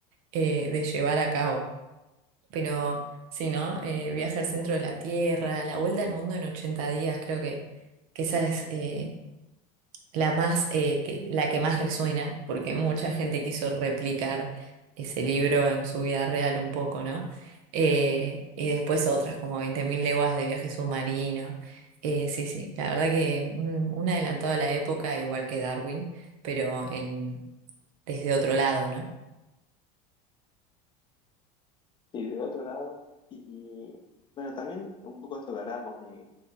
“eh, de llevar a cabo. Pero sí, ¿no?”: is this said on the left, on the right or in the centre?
Right